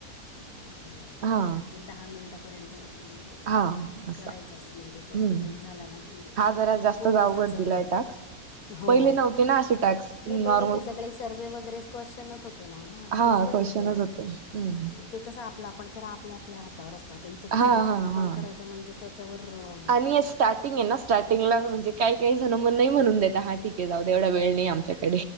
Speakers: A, on the left; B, on the right.
A: नाही
B: हा
A: दहा मिनट ह बर
B: हा असं
A: करायच अस म्हणजे तो
B: हम्म
A: सबमिट झाला ना कि
B: हा
A: मग
B: जरा जास्तच
A: पूर्ण
B: अवघड
A: त्याच
B: दिलाय
A: होईल
B: टास्क
A: हो
B: पहिले नव्हते ना अ टॅक्स
A: नाही
B: नॉ
A: पहिले ते सगळे सर्वहे वगैरे क्वेश्चनच होते ना
B: हा
A: तेच बरे
B: क्वेश्चनच
A: होते
B: हम्म
A: ते कसं आपलं आपण करा आपल्या आपल्या हातावर असतात इथं कसं
B: हा
A: दुसऱ्याला
B: हा
A: कॉल
B: हा
A: करायचा म्हणजे त्याच्यावर अं,
B: आणि स्टार्टिंग आहे ना स्टार्टिंगला म्हणजे काही काही जण मण नाही म्हणून दता हा ठीक आहे जाऊ देवढ वेळ नाही आमच्याक